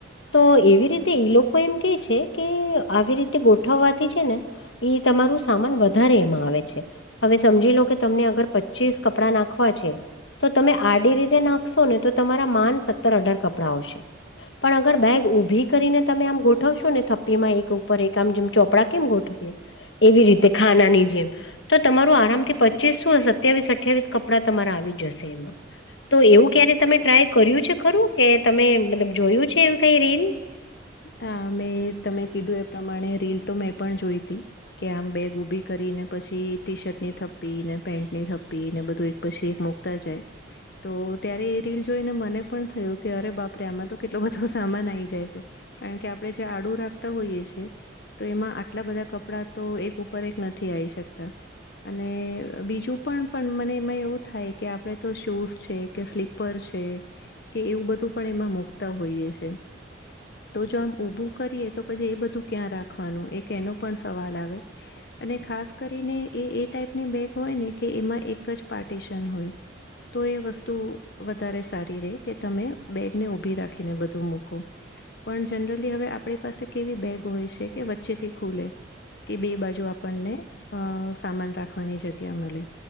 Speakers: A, on the left; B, on the left.
A: તો એવી રીતે ઈ લોકો એમ કે છે કે આવી રીતે ગોઠવવાથી છે ને એ તમારું સામાન વધારે એમાં આવે છે હવે સમજી લો કે તમને અગર પચીસ કપડા નાખવા છે તો તમે આડી રીતે નાખશો ને તો તમારા માન સત્તર અઢાર કપડાં આવશે પણ અગર બેગ ઊભી કરીને તમે આમ ગોઠવશો ને થપ્પીમાં એક ઉપર એક આમ જેમ ચોપડા કેમ ગોઠવીએ એવી રીતે ખાનાની જેમ તો તમારું આરામ થી પચીસ શું સત્યાવીસ અઠાવીસ કપડાં તમારા આવી જશે એમાં તો એવું ક્યારે તમે ટ્રાય કર્યું છે ખરું કે તમે મતલબ જોયું છે એવું કઈ રીલ
B: હા મેં તમે કીધું એ પ્રમાણે રીલ તો મેં પણ જોઈ તી કે આમ બેગ ઊભી કરી ને પછી ટી શર્ટ ની થપી ને પેન્ટ ની થપી ને બધું પછી એક મુકતા જાય તો ત્યારે એ રીલ જોઈને મને પણ થયું કે અરે બાપ આપ આમાં તો કેટલો બધો સામાન આવીઈ જાય છે કારણ કે આપણે જે આડુ રાખતા હોઈએ છે. તો એમાં આટલા બધા કપડા તો એક ઉપર એક નથી આવી શકતા. અને બીજું પણ પણ મને એમાં એવું થાય કે આપડે તો શૂઝ છે કે સ્લીપ. ઉપર છે કે એવું બધું પણ એમાં મુકતા હોઈએ. છે તો જો આમ ઊભું કરીએ તો પછી એ બધું ક્યાં રાખવાનું એક એનો પણ સવાલ આવે. અને ખાસ કરીને એ એ ટાઈપની બેગ હોય ને કે એમાં એક જ પાર્ટિશન હોય. તો એ વસ્તુ વધારે સારી ર કે તમે. બેગને ઉઊભી રાખીને બધું મૂકો. પણ જનરલી હવે આપણી પાસે કેવી બેગ હોય છે કે વચ્ચે થી ખુલે. કે બે બાજુ આપણને અ સામાન રાખવાની જગ્યા મળે.